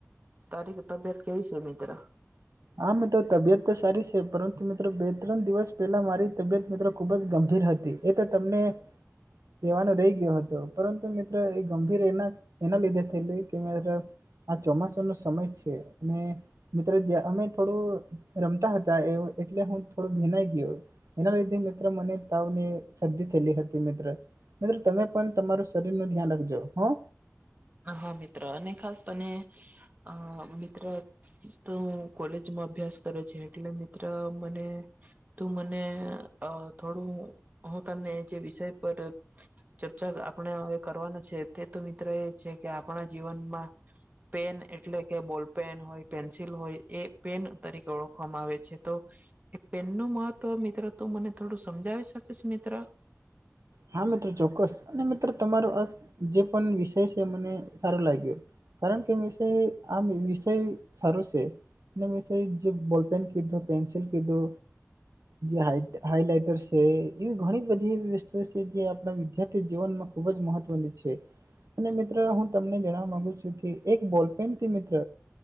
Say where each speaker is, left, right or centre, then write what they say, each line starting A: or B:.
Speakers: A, on the right; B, on the right.
A: તારી તબિયત કેવી છે મિત્ર
B: હા મિત્રો તબિયત તો સારી છે પરંતુ મિત્રો બે ત્રણ દિવસ પહેલા મારી તબિયત મિત્રો ખૂબ જ ગંભીર હતી એ તો તમને કહેવાનું રહી ગયો હતો પરંતુ મિત્ર એ ગંભીર એના એના લીધે થયેલી કે આ ચોમાસું નો સમય છે અને મિત્રો જે અમે થોડું રમતા હતા એવું એટલે હું થોડો ભીનાઈ ગયો એના લીધે મિત્ર મને તાવને શરદી થયેલી હતી મિત્ર મિત્રો તમે પણ તમારું શરીર નું ધ્યાન રાખજો હો
A: હા, મિત્ર અને ખાસ તને અ મિત્ર તો કોલેજમાં અભ્યાસ કરે છે એટલે મિત્ર મને તું મને અ થોડું, હું તને જે વિષય પર ચર્ચા આપણે હવે કરવાના છે તે તો મિત્ર એ છે કે આપણાજ જીવનમાં પેન એટલે કે બોલ પેન હોય, પેન્સિલ હોય એ પેન તરીકે ઓળખવામાં આવે છે તો એ પેન નું મહત્વ મિત્રો તો મને થોડું સમજાવી શકીશ મિત્ર
B: હા, મિત્રો ચોક્કસ અને મિત્રો તમારો આ જે પણ વિષય છે મને સારો લાગ્યો કારણ કે વિષય આમ વિષય સારો સે એના વિશે જે બોલ પેન કીધો, પેન્સિ કીધો જે હાઈ હાઈલાઈટર છે એવી ઘણી બધી જે આપણા વિદ્યાર્થી જીવનમાં ખુબ જ મહત્વની છે અને મિત્ર હું તમને જણાવા માગુ છું કે એક બોલપેનથી મિત્ર